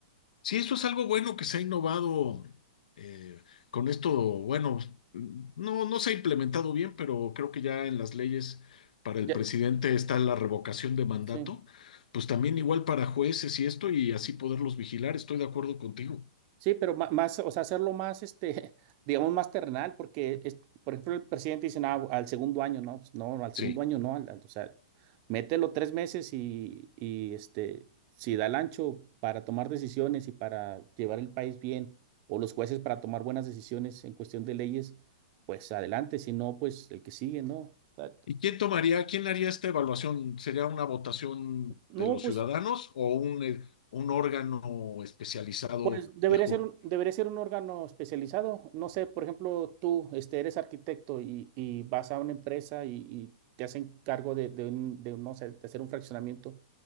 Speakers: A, on the left; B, on the right.
A: Sí, esto es algo bueno que se ha innovado eh, con esto, bueno, no, no se ha implementado bien, pero creo que ya en las leyes para el
B: Ya,
A: presidente está la revocación de mandato,
B: sí.
A: pues también igual para jueces y esto y así poderlos vigilar, estoy de acuerdo contigo.
B: Sí, pero ma- más, o sea, hacerlo más, este, <laughs> digamos, más terrenal, porque, es- por ejemplo, el presidente dice, "Ah, al segundo año, no, pues no, al segundo
A: Sí.
B: año no, al- al- o sea, mételo tres meses y, y, este, si da el ancho para tomar decisiones y para llevar el país bien, o los jueces para tomar buenas decisiones en cuestión de leyes, pues adelante, si no, pues el que sigue, ¿no? O sea,
A: ¿Y quién tomaría, quién haría esta evaluación? ¿Sería una votación
B: No,
A: de los
B: pues
A: ciudadanos o un, eh, un órgano especializado
B: Pues debería
A: de jur?
B: ser un, debería ser un órgano especializado. No sé, por ejemplo, tú este, eres arquitecto y, y vas a una empresa y, y te hacen cargo de, de un- de un, no sé, de hacer un fraccionamiento.